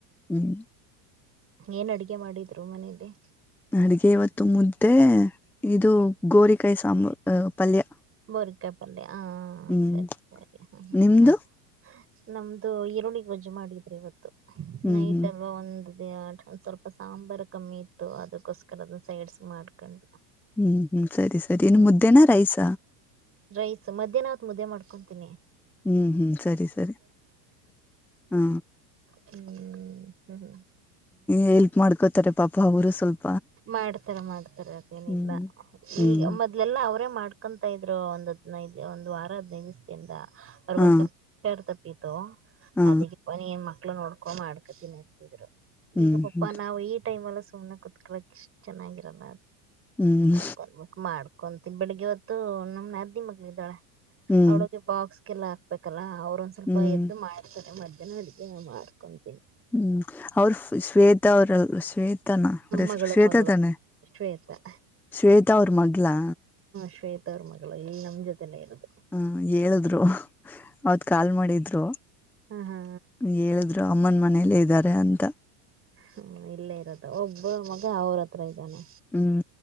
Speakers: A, in the centre; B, on the right.
A: ಹ್ಮ್
B: ಏನ್ ಅಡಗೆ ಮಾಡಿದ್ರು ಮನೇೆಯಲ್ಲಿ
A: ಅಡಗೆ ಇವತ್ತು ಮುದ್ದೆ ಇದು ಗೋರಿಕಾಯಿ ಸಾಂಬ್ರು ಪಲ್ಯ
B: ಗೊರೆಕಾಯಿ ಪಲ್ಯ ಹ
A: ಹ್ಮ್
B: ಸರಿ ಸರಿ ಹ
A: ನಿಮ್ದು
B: ಹ ನಮ್ದು ಈರುಳ್ಳಿಗ್ ಗೊಜ್ಜು ಮಾಡಿದ್ರಿ ಇವತ್ತು
A: ಹ್ಮ್
B: ನೈಟ್
A: ಹ್ಮ್
B: ಅಲ್ವಾ ಒಂದ ದ ಆ ಸ್ವಲ್ಪ ಸಾಂಬಾರ್ು ಕಮ್ಮಿ ಇತ್ತು ಅದಕ್ಕೋಸ್ಕರ ಅದನ್ನ ಸೈಡ್ಸ್ ಮಾಡ್ಕೊಂಡ್
A: ಹ್ಮ್ ಹ್ಮ್ ಸರಿ ಸರಿ ಇನ್ನು
B: ಹ್ಮ್
A: ಮುದ್ದೇನ ರೈಸ
B: ರೈಸ್ ಮಧ್ಯಾಹ್ನ ಅವತ್ ಮುದ್ದೆ ಮಾಡ್ಕೊಂತೀನಿ
A: ಹ್ಮ್ ಹ್ಮ್ ಸರಿ ಸರಿ ಹಾ
B: ಹ್ಮ್ ಹ್ಮ್ ಹ್ಮ್
A: ಹೆಲ್ಪ್ ಮಾಡ್ಕೋತಾರೆ ಪಾಪ ಅವರು ಸ್ವಲ್ಪ
B: ಮಾಡ್ತಾರೆ ಮಾಡ್ತಾರೆ ಅದೇನಿಲ್ಲ
A: ಹ್ಮ್ ಹ್ಮ್
B: ಈಗ ಮೊದ್ಲೆಲ್ಲ ಅವ ಅವೇ ಮಾಡ್ಕೊತ ಇದ್ರು ಒಂದ್ದ್ನೈದು ಒಂದು ವಾರ ಹದಿನೈದು ದಿವಸದಿಂದ ಅವ್ರಗೊಂದ್
A: ಹಾ
B: ಸ್ವಲ್ಪ ಪೇರ್ ತಪ್ಪ ತ
A: ಹಾ
B: ಅದಕ್ಕೆ ಪನಿಯಮ್ಮ ಮಕ್ಳ ನೋಡ್ಕೊ ಮಾಡ್ಕತೀನಿ ಅಂತಿದ್ರು
A: ಹ್ಮ್
B: ಈಗ ಪಾಪಾ
A: ಹ್ಮ್
B: ನಾವು ಈ ಟೈಮ್ ಅಲ್ಲ ತ ಕಕಳಕ್ಷ್ಟ ಚೆನ್ನಾಗಿರಲ್ಲ
A: ಹ್ಮ್
B: ಅಂತನ್ಬೇಕ ಮಾಡ್ಕೊ ಬೆಳಿಗ್ಗೆ ಹೊತ್ತು ನಮ್ನ ನಾದ್ನಿ ಮಕ್ಕಳ ಇದ್ದಾಳೆ.
A: ಹ್ಮ್
B: ಅವ್ಳಿಗ್ ಬಾಕ್ಸ್. ಲ್ಲ ಹಾಕ್ಬೇಕಲ್ಲ ಅವ. ಒಂದ ಸ್ವಲ್ಪ
A: ಹ್ಮ್
B: ಎದ್ದ ಮಾಡ್ತಾರೆ. ಮದ ಅಡಿಗೆ ಮಾರ್ಕೊಂಡು
A: ಹ್ಮ್ ಅವ್ರ ಶ್ವೇತಾ ಅವ್ರ ಶ್ವೇತಾನ ಅವರ ಹೆಸರು
B: ಮಗಳು
A: ಶ್ವೇತಾ
B: ಮಗಳು
A: ತಾನೆ
B: ಶ್ವೇತಾ
A: ಶ್ವೇತಾ ಅವ್ರ ಮಗ್ಲಾ
B: ಶ್ವೇತರ್ಮಗಳು ಇಲ್ಲಿ ನಮ್ಮ ಜೊತೆಲ್ಲೇ ಇರುತ್ತೆ
A: ಹ್ಮ ಹೇಳಿದ್ರು ಅವತ್ ಕಾಲ್ ಮಾಡಿದ್ರು
B: ಹ ಹಾ
A: ಹೇಳಿದ್ರು ಅಮ್ಮನ್ ಮನಲ್ಲ ಇದ ಇದ್ದಾರೆ ಅಂತ
B: ಹ್ಮ ಇಲ್ಲೇ ಇರತ್ತ ಒಬ್ಬ ಮಗ ಅವ್ರ ಹತ್ರ ಇದ್ದಾನೆ
A: ಹ್ಮ್